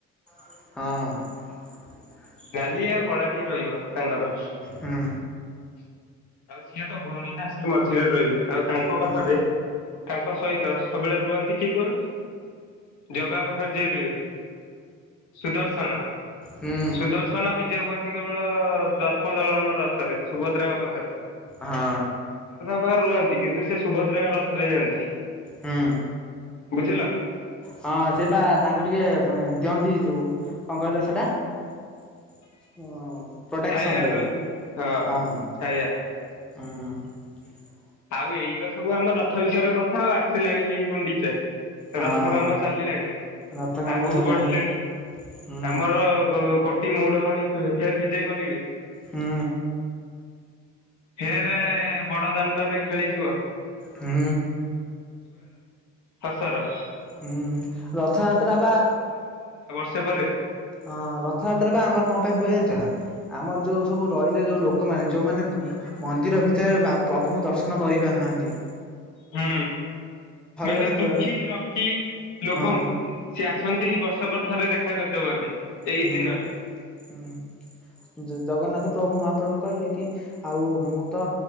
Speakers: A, in the centre; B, on the left.
A: ହଁ।
B: ନାଲିଆ ଆଉ କଳାଟିି ରହିବ। <unintelligible>
A: ହୁଁ।
B: ଆଉ ସିଏ ତ ଭଉଣୀ ନା। ମଝିରେ ରହିବି ଆଉ ତାଙ୍କ
A: ହଁ
B: ପାଖରେ ତାଙ୍କ ସହି ତ ସବୁବେଳେ ରୁହନ ଟିକେ ଖୁଲ୍ ଜଗା ପାଖରେ ଯିଏ ରୁହେ ସୁଦର୍ଶନ
A: ହୁଁ
B: ସୁଦର୍ଶନ ବିଜେ ହୁଅନ୍ତି କେବଳ ଦର୍ପ ଦଳନ ରଥରେ। ସୁଭଦ୍ରାଙ୍କ ପାଖରେ
A: ହଁ।
B: ପାରେ ରୁହନ୍ତି କିନ୍ତୁ ସେ ସୁଭଦ୍ରାଙ୍କ ରଥରେ ଯାଆନ୍ତି।
A: ହୁଁ।
B: ବୁଝିଲ?
A: ହଁ ସେ ବା ତାଙ୍କୁ ଟିକେ ବ୍ ଦିଅନ୍ତି ଯୋଉ କଣ କହିଲ ସେଇଟା? ହ ପ୍ରୋଟେକ୍ସନ
B: ଛାୟା
A: ଦିଅନ୍ତିୁ
B: ହଁ
A: ହଁ
B: ଛାୟା
A: ହୁଁ। ହ
B: ଆଉ ଏଇତ ସବୁ ଆମ ରଥ ବିଷୟରେ। କଥା ଆଉ ଆସିଲାଣି ହେଇ ଗୁଣ୍ଡିଚା।
A: ହଁ
B: ରଥ କାମ ଚାଲିଲାଣି
A: ରଥ କାନ୍ଧ
B: ଆଗକୁ
A: ହେଲାଣି
B: ବଢିଲାଣି
A: ହୁଁ
B: ଆମର କୋ ଟି ମଉଡମଣିୁ ଫେର ବିଜେ କରିବେ।
A: ହୁଁ
B: ଫେରେ ବଡ ଦାଣ୍ଡରେ। ଖେଳିଯିବ।
A: ହୁଁ।
B: ଫସର।
A: ହୁଁ ରଥଯାତ୍ରା ପା
B: ସେପରେ
A: ହଁ ରଥଯାତ୍ରା ବା ଆମର କଣ ପାଇଁ ହୁଏ ଜାଣିଚ ନା ଆମର ଯୋଉ ସବୁ ରହିଲେ ଯୋଉ ଲୋକମାନୋନ ଯୋଉମାନେ ମନ୍ଦିର ଭିତରେ ପ୍ରଭୁଙ୍କୁ ଦର୍ଶନ କରି ପାରୁନାହାନ୍ତି।
B: ହୁଁ ମାନେ
A: ଜଣେ
B: ଦୁଃଖୀ
A: ପ୍ର
B: ରଙ୍କି ଲୋକଙ୍କୁ
A: ହଁ
B: ସେ ଆସନ୍ତି ବର୍ଷକର ଥରେ ଦେ <unintelligible> କରିଦବା ପାଇଁ ଏଇ
A: ହୁଁ
B: ଦିନରେ
A: ହୁଁ ଜଗନ୍ନାଥ ପ୍ରଭୁ ମହା ପ୍ରଭୁ କହିଲେ କି ଆଉ ମୁଁ ତ